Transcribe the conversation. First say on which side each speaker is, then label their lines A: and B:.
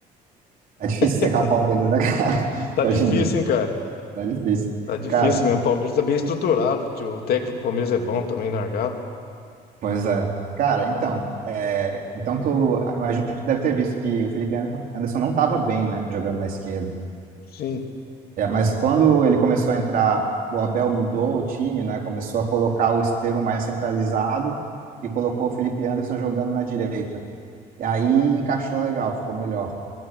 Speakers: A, on the right; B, on the left.
A: é difícil
B: <laughs>
A: secar o Palmeiras, né, cara? <laughs>
B: Tá
A: Hoje
B: difícil,
A: em dia,
B: hein, cara?
A: é difícil.
B: Tá difícil
A: Cara,
B: mesmo. O Palmeiras é bem estruturado. tio. O técnico do Palmeiras é bom também, largado.
A: Pois é. Cara, então, é, então tu ah, imagino que tu deve ter visto que o Felipe Ander- Anderson não estava bem, né, jogando na esquerda.
B: Sim,
A: É, mas quando ele começou a entrar, o Abel mudou o time, né, começou a colocar o Estevão mais centralizado e colocou o Felipe Anderson jogando na direita. E aí encaixou legal, ficou melhor.